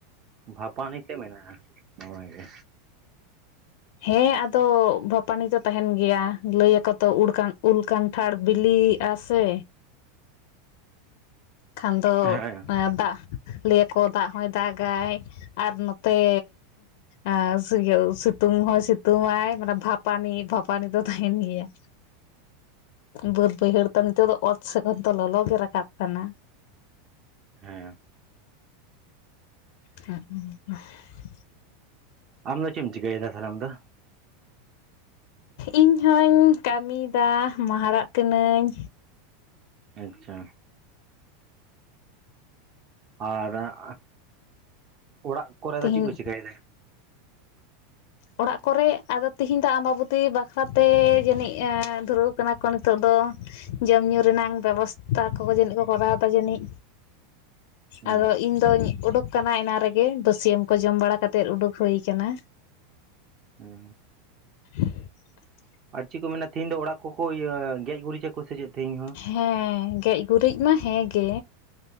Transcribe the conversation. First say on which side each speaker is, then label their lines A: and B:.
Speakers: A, on the right; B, on the left.
A: ᱵᱷᱟᱯᱟᱱᱤ ᱛᱮᱜ ᱢᱮᱱᱟᱜ-ᱟ᱾ ᱱᱚᱣᱟ ᱜᱮᱼᱼ
B: ᱦᱮᱸ ᱟᱫᱚ ᱵᱷᱟᱯᱟᱱᱤ ᱫᱚ ᱛᱟᱦᱮᱸᱱ ᱜᱮᱭᱟ ᱞᱟᱹᱭ ᱟᱠᱚ ᱛᱚ ᱩᱲ ᱠᱟᱱ ᱩᱞ ᱠᱟᱱᱼᱼ ᱴᱷᱟᱲ ᱵᱤᱞᱤᱜ ᱟ-ᱥᱮᱼᱼ ᱠᱷᱟᱱ ᱫᱚ
A: ᱦᱮᱸ
B: ᱫᱟᱜ ᱞᱟᱹᱭᱟᱠᱚ ᱫᱟᱜ ᱦᱚᱸᱭ ᱫᱟᱜᱟᱭ᱾ ᱟᱨ ᱱᱚᱛᱮᱻ ᱟᱨ <unintelligible> ᱥᱤᱛᱩᱝ ᱦᱚᱸᱭ ᱥᱤᱛᱩᱝ ᱟᱭ ᱢᱟᱱᱮ ᱵᱷᱟᱯᱟᱱᱤ ᱵᱷᱟᱯᱟᱱᱤ ᱫᱚ ᱛᱟᱦᱮᱸᱱ ᱜᱮᱭᱟ᱾ ᱵᱟᱹᱫᱽ ᱵᱟᱹᱭᱦᱟᱹᱲ ᱫᱚ ᱱᱤᱛᱳᱜ ᱫᱚ ᱚᱛ ᱥᱮᱫ ᱛᱚ ᱞᱚᱞᱚ ᱜᱮ ᱨᱟᱠᱟᱵ ᱠᱟᱱᱟ᱾
A: ᱦᱮᱸ
B: ᱦᱮᱸᱜ ᱮ <inaudible>
A: ᱟᱢ ᱫᱚ ᱪᱮᱜ ᱮᱢ ᱪᱤᱠᱟᱹᱭᱮᱫᱟ ᱛᱟᱦᱞᱮ ᱟᱢ ᱫᱚ?
B: ᱤᱧ ᱦᱚᱸᱧ ᱠᱟᱹᱢᱤᱭᱮᱫᱟ ᱢᱟᱦᱟᱨᱟᱜ ᱠᱟᱱᱟᱹᱧ᱾
A: ᱟᱪᱪᱷᱟᱼᱼ ᱟᱫᱟᱜ ᱚᱲᱚᱜ ᱠᱚᱨᱮ
B: ᱛᱤᱦᱤᱧ
A: ᱫᱚ ᱪᱮᱫ ᱠᱚ ᱪᱤᱠᱟᱹᱭᱮᱫᱟ?
B: ᱚᱲᱟᱜ ᱠᱚᱨᱮᱜ ᱟᱫᱚ ᱛᱤᱦᱤᱧ ᱫᱚ ᱟᱢᱵᱟᱵᱚᱛᱤ ᱵᱟᱠᱷᱨᱟᱛᱮ ᱡᱟᱹᱱᱤᱡ ᱫᱷᱩᱨᱟᱹᱣ ᱠᱟᱱᱟ ᱠᱚ ᱱᱤᱛᱚᱜ-ᱫᱚ᱾ ᱡᱚᱢ ᱧᱩ ᱨᱮᱱᱟᱝ ᱵᱮᱵᱚᱥᱛᱟ ᱠᱚ ᱠᱚ ᱡᱟᱹᱱᱤᱡ ᱠᱚ ᱠᱚᱨᱟᱣᱮᱫᱟ ᱡᱟᱹᱱᱤᱡ᱾
A: ᱦᱮᱸ
B: ᱟᱫᱚ ᱤᱧ ᱫᱚᱧ ᱩᱰᱩᱠ ᱠᱟᱱᱟ ᱮᱱᱟᱝ ᱨᱮᱜᱮ ᱵᱟᱹᱥᱤᱭᱟᱹᱢ ᱠᱚ ᱡᱚᱢ ᱵᱟᱲᱟ ᱠᱟᱛᱮᱫ ᱩᱰᱩᱜ ᱦᱩᱭ ᱠᱟᱱᱟ᱾
A: ᱦᱩᱸ
B: <inaudible>
A: ᱟᱨ ᱪᱤᱜ ᱠᱚ ᱢᱮᱱᱟ ᱛᱮᱦᱤᱧ ᱫᱚ ᱚᱲᱟᱜ ᱠᱚᱠᱚ ᱤᱭᱟᱹ ᱜᱮᱡ ᱜᱩᱨᱤᱡᱟᱠᱚ ᱥᱮ ᱪᱮᱫ ᱛᱮᱦᱮᱧ ᱦᱚᱸ
B: ᱦᱮᱸ ᱜᱮᱡ ᱜᱩᱨᱤᱡᱽ ᱢᱟ ᱦᱮᱸ ᱜᱮ